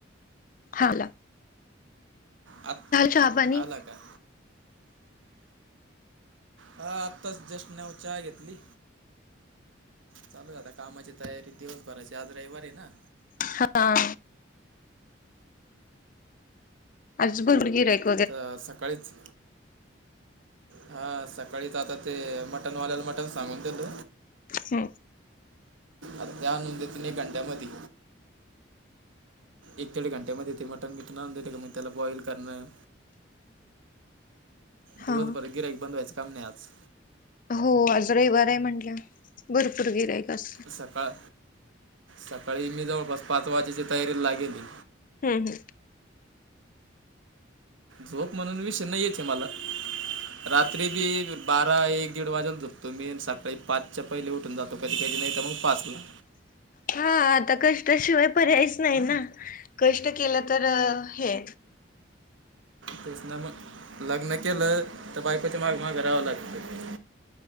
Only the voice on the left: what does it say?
हा ला
चहा पाणी
हा आज बरं गिरयाक
हम्म
हा
हो आज रविवार आहे म्हंटल्या भरपर गिरायकर आहे कासं
हम् हम्
हा आता कष्टाशिवाय पर्यायच नाही ना कष्ट केलं तर हे